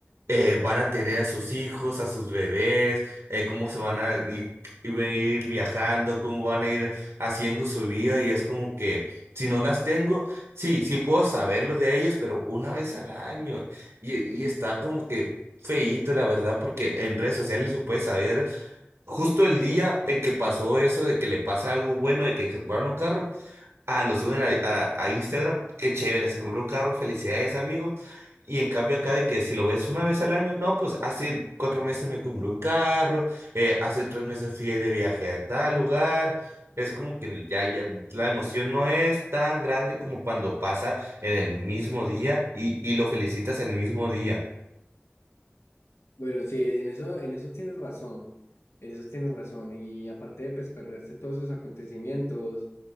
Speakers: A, on the right; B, on the left.
A: eh, van a tener a sus hijos, a sus bebés, eh, cómo se van a ir, i- ir viajando, cómo van a ir haciendo su vida y es como que si no las tengo, sí, sí puedo saberlo de ellos, pero una vez al año y, y está como que feíto, la verdad, porque en redes sociales se puede saber justo el día en que pasó eso, de que le pasa algo bueno, de que se compraron un carro. Ah, lo suben a, a- a Instagram. Qué chévere, se compró un carro, felicidades, amigo. Y en cambio acá de que si lo ves una vez al año, no, pues hace cuatro meses me compré un carro, eh, hace tres meses fui de viaje a tal lugar. Es como que ya, ya la emoción no es tan grande como cuando pasa en el mismo día y, y lo felicitas el mismo día.
B: bueno, sí, en eso, en eso tienes razón. En eso tienes razón. Y aparte de pues, perderse todos esos acontecimientos,